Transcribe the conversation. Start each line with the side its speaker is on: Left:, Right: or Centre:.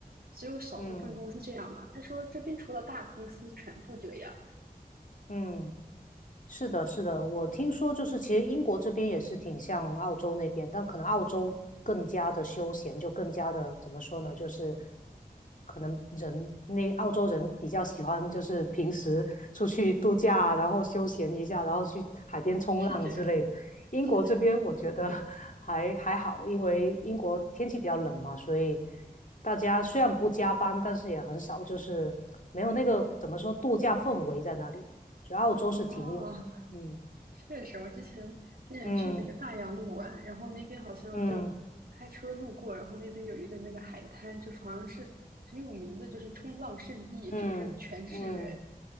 Right: 只有少部分公司这样吗？
Left: <laughs> 嗯
Right: 他说这边除了大公司全部这样，
Left: 嗯。是的，是的，我听说就是其实英国这边也是挺像澳洲那边，但可能澳洲更加的休闲，就更加的怎么说呢，就是可能人那澳洲人比较喜欢就是平时出去度假啊然后休闲一下，然后去海边冲浪之类的。
Right: 是这样，
Left: 英国这边我觉得
Right: 是这样。
Left: <laughs> 还还好，因为英国天气比较冷嘛，所以大家虽然不加班，但是也很少就是没有那个怎么说度假氛围在那里。所以澳洲是挺有的。
Right: 哦，
Left: 嗯
Right: 确实，我之前之前去那个大洋路玩，
Left: 嗯
Right: 然后那边好像就开车路过，
Left: 嗯
Right: 然后那边有一个那个海滩，就是好像是很有名的，就是冲浪圣地，
Left: 嗯嗯
Right: 就是全是人。